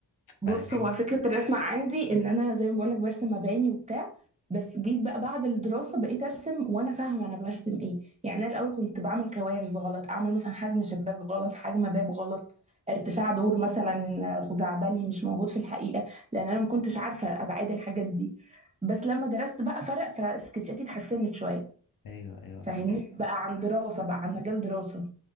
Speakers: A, on the right; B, on the left.
A: بص
B: بعد كده
A: هو
B: كبرت.
A: فكرة الرسم عندي ان انا زي ما بقولك برسم مباني وبتاع بس جيت بقى بعد الدراسة بقيت ارسم وانا فاهمة انا برسم ايه يعني انا الاول كنت بعمل كوارث غلط اعمل مثلا حجم شباك غلط حجم باب غلط ارتفاع دور مثلا خزعبلي مش موجود في الحقيقة لان انا ما كنتش عارفة ابعاد الحاجات دي بس لما درست بقى فرق فسكتشاتي اتحسنت شوية
B: ايوه ايوه فهمت
A: فاهمني بقى عن دراسة بقى عن مجال دراسة